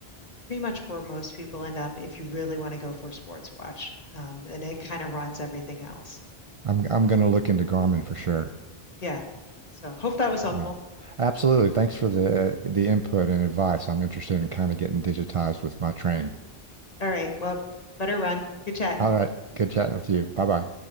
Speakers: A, on the left (about 40°); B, on the right (about 45°).
A: pretty much where most people end up if you really want to go for a sports watch. Um, and it kind of runs everything else.
B: I'm I'm going to look into Garmin for sure.
A: Yeah. So hope that was helpful.
B: Yeah. Absolutely. Thanks for the uh, the input and advice. I'm interested in kind of getting digitized with my training.
A: All right. Well, better run. Good chatting.
B: All right. Good chatting with you. Bye-bye.